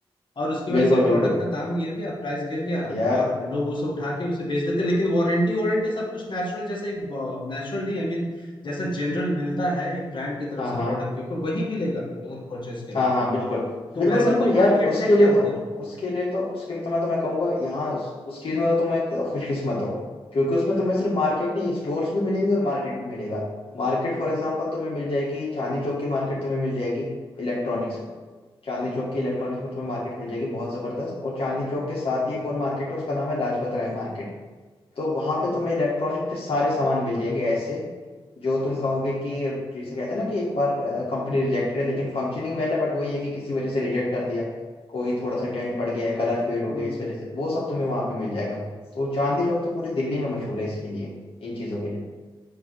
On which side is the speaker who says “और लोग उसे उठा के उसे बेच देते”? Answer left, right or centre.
Left